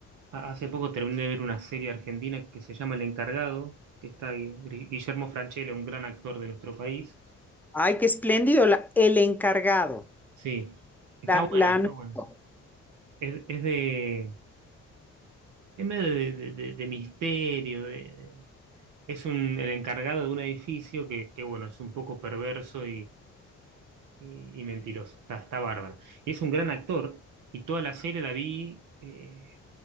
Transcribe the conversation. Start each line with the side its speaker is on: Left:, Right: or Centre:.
Right: ha- hace poco terminé de ver una serie argentina que se llama El Encargado, que está Gui- Gri- Guillermo Francella, un gran actor de nuestro país.
Centre: Ay, qué espléndido, la- el encargado,
Right: Sí, está
Centre: la,
Right: buena,
Centre: la
Right: está
Centre: anoto.
Right: buena. Es, es de, es medio de, de- de- de misterio, de- de- es un, el encargado de un edificio que, que, bueno, es un poco perverso y, y mentiroso. Está, está bárbara. Es un gran actor y toda la serie la vi eh,